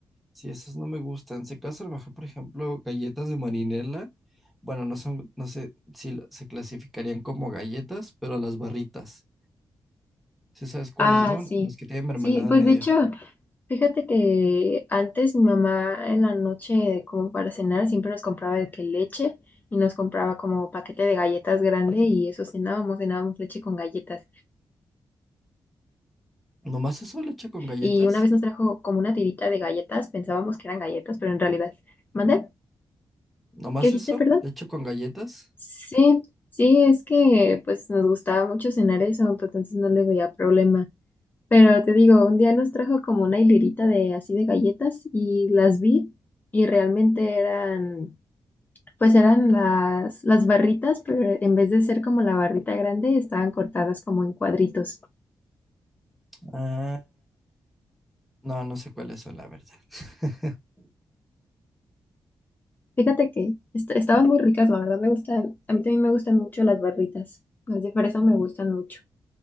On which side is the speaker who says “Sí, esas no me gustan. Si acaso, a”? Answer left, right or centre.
Centre